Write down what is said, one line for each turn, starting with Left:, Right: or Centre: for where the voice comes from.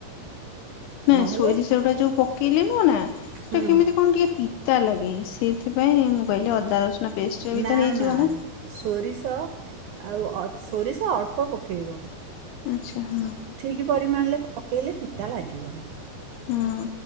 Left: ନା
Right: ନହେଲେ
Left: ସୋରିଷଗୁଡ଼ା ଯୋଉ ପକେଇଲେ ନୁହଁ ନା ସେଟା
Right: ହୁଁ
Left: କେମିତି କଣ ଟିକେ ପିତା ଲାଗେ ସେଇଥିପାଇଁ ମୁଁ କହିଲି ଅଦା ରସୁଣ ପେଷ୍ଟରେ ବି
Right: ନା
Left: ତ ହେଇଯିବ
Right: ମା
Left: ନା।
Right: ସୋରିଷ ଆଉ ସୋରିଷ ଅଳ୍ପ ପକାଇବ।
Left: ଆଚ୍ଛା ହଁ।
Right: ଠିକ୍ ପରିମାଣରେ ପକେଇଲେ ପିତା ଲାଗିବନି।
Left: ହଁ